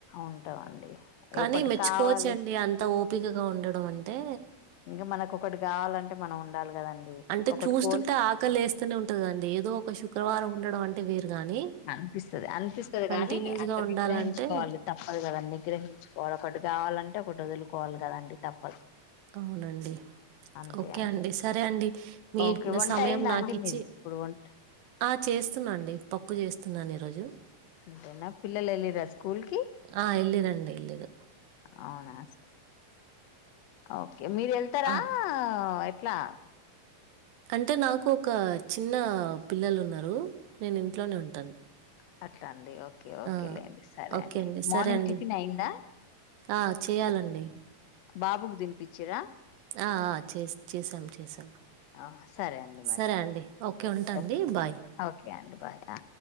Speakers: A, on the left; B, on the right.
A: ఉంటామండి
B: కానీ
A: ఒకటి
B: మెచ్చుకోవచ్చండి
A: కావాలి
B: అంత ఓపికగా ఉండడం అంటే
A: ఇంగ మన కొకటి కావాలంటే మనం ఉండాలి కదండి
B: అంటే
A: ఒకటి
B: చూస్తుంటే
A: కోల్
B: ఆకలి ఎస్తనే ఉంటది అండి ఏదో ఒక శుక్రవారం ఉండడం అంటే వేరు గాని
A: అనిపిస్తది అనిపిస్తది
B: కంటిన్యూస్గా
A: గాని అట్లా
B: ఉండాలంటే
A: నిగ్రహించుకోవాలి తప్పదు కద నిగ్రహించుకోవాలి ఒకటి కావాలంటే ఒకటి వదులుకోవాలి కదండి తప్పదు
B: అవునండి
A: అంతే
B: ఓకే
A: అంతే
B: అండి సరే అండి మీ
A: ఓకే వంట
B: సమయం
A: అయిందా
B: నాకిచ్చి
A: అండి మీది ఇప్పుడు వంట
B: ఆ చేస్తున్నాండి ప పప్పు చేస్తున్నాను ఈ రోజు
A: అంతేనా పిల్లలు ఎల్లిరా స్కూల్ ఉల్కి
B: ఆ ఎల్లిరండి యెల్లిదు
A: అవునా ఓకే మీరు ఎళ్తారా
B: ఆ
A: ఎట్లా
B: అంటే నాకు ఒక చిన్న పిల్లలున్నరు నేను ఇంట్లోనే ఉంటాను
A: కట్లండి ఓ ఓకే ఓకేలేండి
B: ఆ
A: సరే
B: ఓకే
A: అండి
B: సరే
A: మార్నింగ్
B: అండి
A: టిఫిన్ అయిందా
B: ఆ చేయాలండి
A: బాబుకి తినిపిచ్చిరా
B: ఆ ఆ చే చేసాం చేసాం
A: ఆ, సరే అండి మరి
B: సరే అండి ఓకే ఉంటాండి
A: ఓకే
B: బాయ్
A: ఓకే అండి బాయ్ ఆ